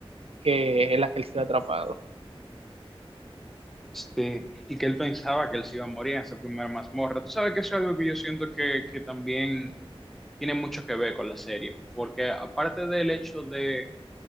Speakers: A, on the right; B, in the centre.
A: que es la que él se había atrapado.
B: Sí, y que él pensaba que él se iba a morir en esa primera mazmorra. Tú sabes que eso es algo que yo siento que, que también tiene mucho que ver con la serie, porque aparte del hecho de,